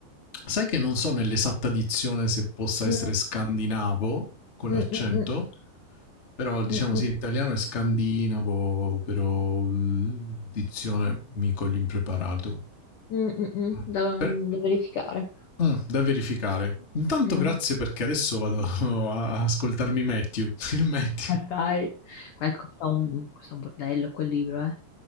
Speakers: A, on the left (about 25°); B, on the left (about 65°).
A: Sai che non so nell'esatta dizione se possa
B: Mm,
A: essere scandinavo con
B: mm,
A: l'accento,
B: mm, mm,
A: però diciamo
B: mm, mm.
A: sì, in italiano è scandinavo, però mm, dizione mico l'impreparato.
B: Mm, mm, mm,
A: Mm.
B: Da,
A: Per-
B: da verificare.
A: mm, da verificare. Intanto
B: Mm.
A: grazie perché adesso vado <laughs> a ascoltarmi Matthew, il Matthew.
B: Ma dai, Ma ecco, questo è un, questo è un bordello quel libro, eh.